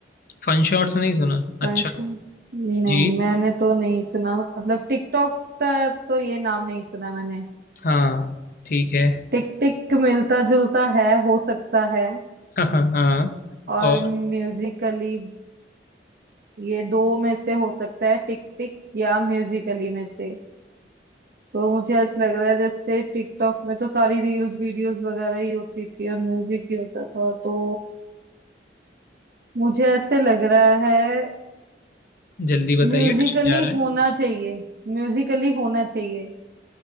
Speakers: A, on the left; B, on the right.
A: फन शॉट्स नहीं सुना अच्छा
B: पंच नहीं
A: जी
B: मैंने तो नहीं सुना मतलब टिकटॉक का तो ये नाम नहीं सुना मैंने
A: हाँ ठीक है
B: टिक टिक मिलता जुलता है हो सकता है
A: हाँ हाँ हाँ
B: और
A: और
B: म्यूजिकली ये दो में से हो सकता है टिक टिक या म्यूजिकली में से तो मुझे ऐसा लग रहा है जैसे टिकटॉक में तो सारी रील्स वीडियोस वगैरह ही होती थी और म्यूजिक ही होता था तो मुझे ऐसे लग रहा है
A: जल्दी बताइए
B: म्यूजिकली
A: टाइम जा रहा है
B: होना चाहिए म्यूजिकली होना चाहिए